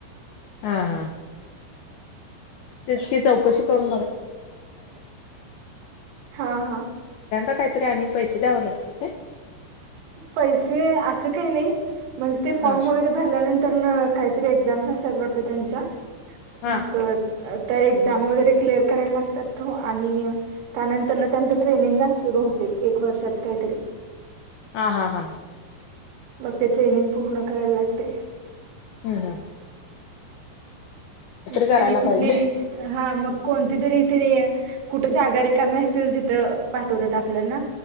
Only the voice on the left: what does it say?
हा हा. <unintelligible> हो याल्यांदा
काहीतरी आणि पैसे द्याव ला असत का?
ह
हा
हा हा हा.
हम् हम.
करायला
पाहिजे